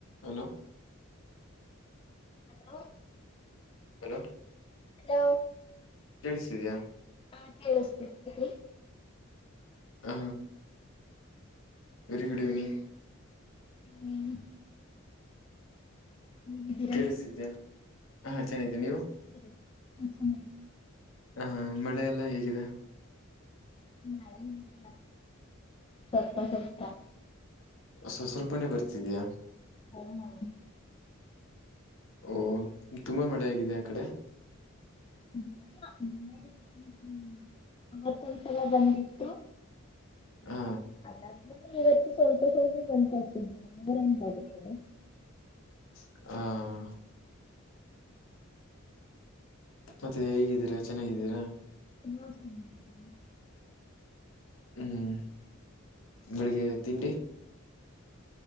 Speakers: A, on the left; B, on the left.
A: Hello
B: hello
A: hello
B: hello
A: ಕೇಳಿಸ್ತಿದಯಾ
B: ಹಾ ಕೇಳಿಸ್ತೀನಿ ಹೇಳಿ
A: ಹ ವೆರಿ ಗುಡ್ ಇವಿನಿಂಗ್
B: ಹ್ಮ್ ಹೇಗಿದ್ದೀರಾ
A: ಕೇಳಿಸ್ಿದೀಯ ಹಾ ಚೆನ್ನಿದ್ದೀ ನೀವು
B: ಹ್ಮ್ ಹ್ಮ್
A: ಹ ಮಳೆ ಎಲ್ಲ ಹೇಗಿದೆ
B: ಮಳೆತ್ತ್ರ ಸ್ವಲ್ಪ ಸ್ವಲ್ಪ
A: ಸ್ವ ಸ್ವಲ್ಪನೇ ಬರ್ತಿದ್ಯಾ-
B: ಹ್ಮ <unintelligible>
A: ಓ ತುಂಬಾ ಮಳೆ ಆಗಿದೆ ಆ ಕಡೆ.
B: <unintelligible> ಅವವತ್ತೊಂದ್ಸಲ ಬಂದಿತ್ತು.
A: ಹ್ಮ.
B: ಅದಾದ್ಮೇಲೆ ಇವತ್ತು ಸ್ವಲ್ಪ ಸ್ವಲ್ಪ ಬಂತಂತೆ <unintelligible>
A: ಹ್ನಾ ಮತ್ತೆ ಹೇಗಿದ್ದೀರಾ ಚೆನ್ನಾಗಿದ್ದೀರಾ
B: ಎಲ್ಲ <unintelligible>
A: ಹ್ಮ್. ಬೆಳಿಗ್ಗೆ ತಿಂಡಿ